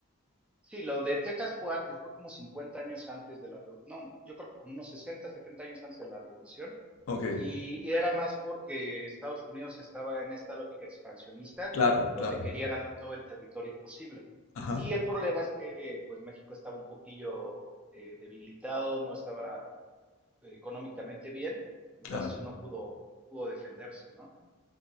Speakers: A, in the centre; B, on the left.
A: Sí, lo de Texas fue antes, fue como 50 años antes de la revolución, no, yo creo que como unos 60, 70 años antes de la revolución,
B: Ok,
A: y, y era más porque Estados Unidos estaba en esta lógica expansionista
B: claro, claro.
A: donde quería ganar todo el territorio posible.
B: Ajá,
A: Y el problema es que pues México estaba un poquillo eh, debilitado, no estaba eh, económicamente bien, entonces
B: claro.
A: no pudo, pudo defenderse, ¿no?